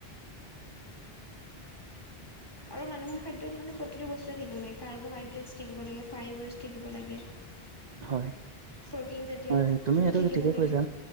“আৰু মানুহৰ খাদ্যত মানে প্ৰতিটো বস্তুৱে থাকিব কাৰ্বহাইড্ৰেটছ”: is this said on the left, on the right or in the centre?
Left